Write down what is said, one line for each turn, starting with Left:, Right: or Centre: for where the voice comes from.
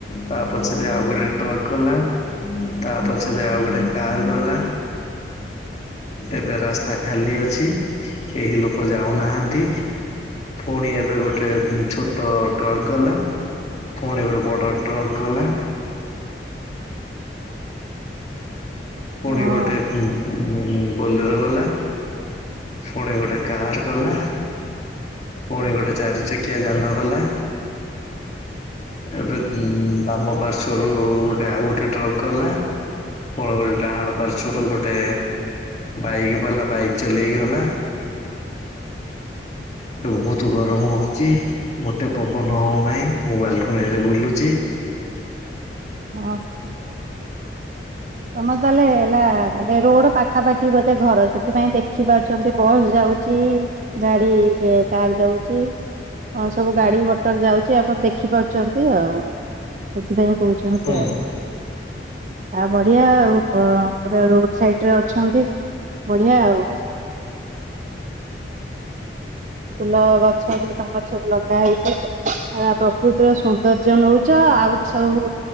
Left: ତା ପଛରେ ଆଉ ଗୋଟେ ଟ୍ରକ୍ ଗଲା। ତାପଛରେ ଆଉ ଗୋଟେ କାର ଗଲା। ଏବେ ରାସ୍ତା ଖାଲି ଅଛି କେହି ଲୋକ ଯାଉନାହାନ୍ତି। ଫୁଣି ଏବେ ଗୋଟେ ଛୋଟ ଟ୍ରକ ଗଲା। ଫୁଣି ଗୋଟେ ବଡ ଟ୍ରକ ଗଲା। ଫୁଣି
Right: ହଁ
Left: ଗୋଟେ ଫୁ ଫୁଁ ବୋଲେର ଗଲା ଫୁଣି ଗୋଟେ କାର୍ ଗଲା। ଫୁଣି ଗୋଟେ ଚାରିଚକିଆ ଯାନ ଗଲା। ଏବେ ବାମ ପାର୍ଶ୍ଵରୁ ଗୋଟେ ଆଉ ଗୋଟେ ଟ୍ରକ ଗଲା। ପ ଡାହାଣ ପାର୍ଶ୍ଵରୁ ଗୋଟେ ବାଇକ୍ ବାଲା ବାଇକ୍ ଚଲେଇ ଗଲା। ବୋହୁତ ଗରମ ହେଉଚି ମତେ ପବନ ହଉନାହିଁ ମୁଁ ବାଲକୋନିରେ ବୁଲୁଚି। ହୁଁ
Right: ହଁ ସତ ତମର ତାହେଲେ ହେଲା ମାନେ ରୋଡ ପାଖାପାଖି ବୋଧେ ଘର ସେଥିପାଇଁ ଦେଖି ପାରୁଚନ୍ତି ବସ୍ ଯାଉ ଚି ଗାଡି କାର ଯାଉଛି ହଁ ସବୁ ଗାଡି ମଟର ଯାଉଛି ଆପଣ ଦେଖିପାରୁ ଆଉ ସେଥିପାଇଁ କହୁଛନ୍ତି
Left: ହୁଁ
Right: ଆଉ ଆଉ ବଢ଼ିଆ ଆଉ ପ-ପୁରା ରୋଡ଼ ସାଇଡ଼ରେ ଅଛନ୍ତି ବଢ଼ିଆ ଆଉ। ଫୁଲ ଗଛ ବି ତମର ସବୁ ଲଗା ହେଇଛି। ଆ ପ୍ରକୃତିର ସୌନ୍ଦର୍ଯ୍ୟ ନଉଛ ଆହୁରି ସବୁ